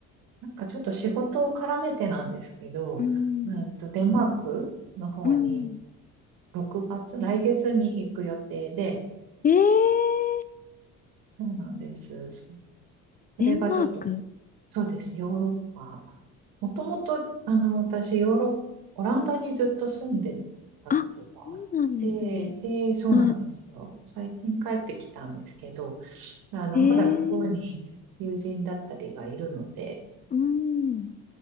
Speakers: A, on the right (about 75°); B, on the left (about 25°).
A: なんかちょっと仕事を絡めてなんですけど、
B: うん、
A: うんと、デンマークの方に
B: うん。
A: 6月、来月に行く予定で、
B: えー、
A: そうなんです。そそれがちょっと、
B: デンマーク。
A: そうです、ヨーロッパ。もともと、あの、私、ヨーロッ、オランダにずっと住んでたことがあって、
B: あ、そうなんですね。
A: で、そうなんですよ。
B: はい。
A: 最近帰ってきたんですけど、あの、
B: えー
A: まだ向こうに友人だったりがいるので、
B: うん。